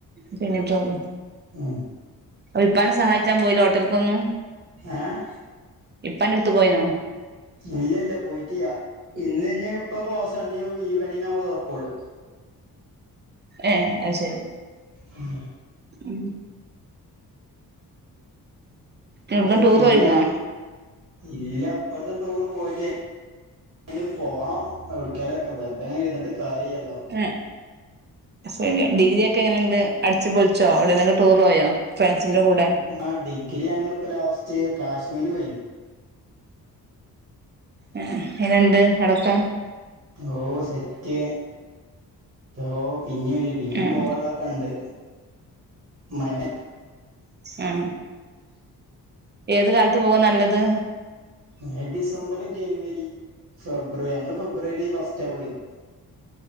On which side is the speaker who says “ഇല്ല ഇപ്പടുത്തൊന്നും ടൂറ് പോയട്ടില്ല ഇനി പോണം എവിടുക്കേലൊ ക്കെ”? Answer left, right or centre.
Right